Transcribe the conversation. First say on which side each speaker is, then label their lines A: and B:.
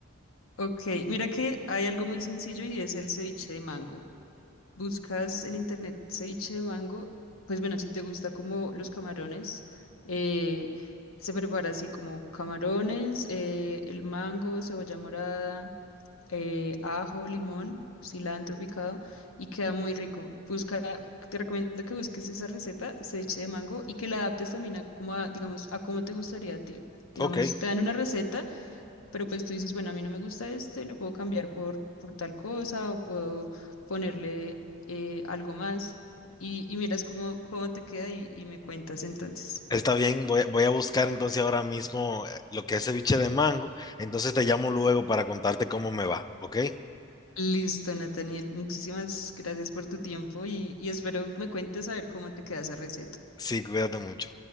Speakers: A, on the left; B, on the left.
A: Ok, mira que hay algo muy sencillo y es el ceviche de mango. buscas en internet ceviche de mango, pues bueno, si te gusta como los camarones, eh, se prepara así como camarones, eh, el mango, cebolla morada, eh, ajo, limón, cilantro picado y queda muy rico. Busca, te recomiendo que busques esa receta, ceviche de mango, y que la adaptes también a como a, digamos, a cómo te gustaría a ti. Digamos,
B: Ok,
A: te dan una receta. Pero pues tú dices, bueno, a mí no me gusta este, lo puedo cambiar por, por tal cosa o puedo ponerle eh, algo más y, y miras cómo, cómo te queda y, y me cuentas entonces.
B: está bien. Voy, a- voy a buscar entonces ahora mismo eh, lo que es ceviche de mango. Entonces te llamo luego para contarte cómo me va. Ok,
A: Listo, Nathaniel, muchísimas gracias por tu tiempo y, y espero me cuentes a ver cómo te queda esa receta.
B: sí, cuídate mucho.